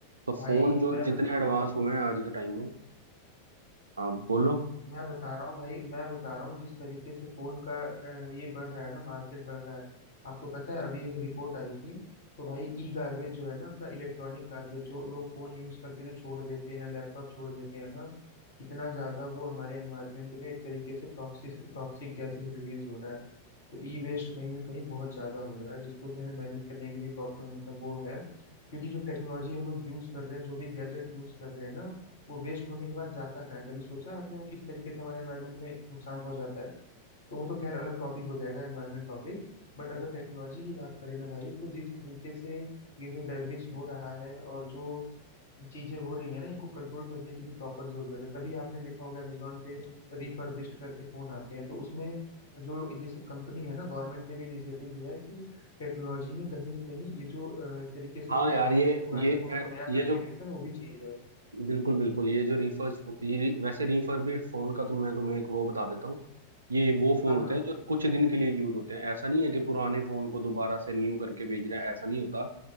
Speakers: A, on the right; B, on the left.
A: तो
B: भाई
A: फोन जो
B: मैं
A: जितने
B: बता
A: एडवांस
B: रहा हूँ
A: हुए हैं आज के टाइम में आप बोलो
B: मैं बता रहा हूँ भाई मैं बता रहा हूँ जिस तरीके से फोन का अ, ये बढ़ रहा है ना मार्केट बढ़ रहा है आपको पता है अभी एक रिपोर्ट आई थी तो भाई ई गार्बेज जो है ना अपना इलेक्ट्रॉनिक गार्बेज जो लोग फोन यूज करके जो छोड़ देते हैं लैपटॉप छोड़ देते हैं ना कितना ज्यादा वो हमारे एनवायरमेंट में एक तरीके से टॉक्सिक टॉक्सिक गैसेस रिलीज हो रहा है तो ई वेस्ट कहीं ना कहीं बहुत ज्यादा हो रहा है जिसको कि हमें मैनेज करने की भी प्रॉब्लम मतलब वो है क्योंकि जो टेक्नोलॉजी हम लोग यूज कर रहे हैं जो भी गैजेट यूज कर रहे हैं ना वो वेस्ट होने के बाद जाता कहाँ है कभी सोचा है आपने वो किस तरीके से हमारे एनवायरनमेंट में नुकसान पहुंचाता है तो वो तो खैर अलग टॉपिक हो जाएगा एनवायरनमेंट टॉपिक बट अगर टेक्नोलॉजी की बात करें ना भाई तो जिस तरीके से ये जो डेब्रिस हो रहा है और जो चीजें हो रही है ना इनको कंट्रोल करने की भी प्रॉपर जरूरत है तभी आपने देखा होगा अमेजोन पे रिफर्बिश्ड करके फोन आते हैं तो उसमें जो ये सब कंपनी है ना गवर्नमेंट ने भी इनिशिएटिव लिया है कि टेक्नोलॉजी में कहीं ना कहीं ये जो अ, एक तरीके से
A: हाँ यार
B: एक
A: ये
B: पुराने
A: ये
B: फोन को नया
A: ये
B: करके
A: जो
B: बेचना वो भी चीज है
A: बिल्कुल बिल्कुल ये जो रिफर्स ये वैसे रिफर्बिश्ड फोन का तो मैं तुम्हें एक वो बता देता हूँ ये वो फोन
B: हाँ
A: होते
B: हाँ
A: हैं जो कुछ दिन के लिए यूज होते हैं ऐसा नहीं है कि पुराने फोन को दोबारा से न्यू करके भेज रहे हैं ऐसा नहीं होता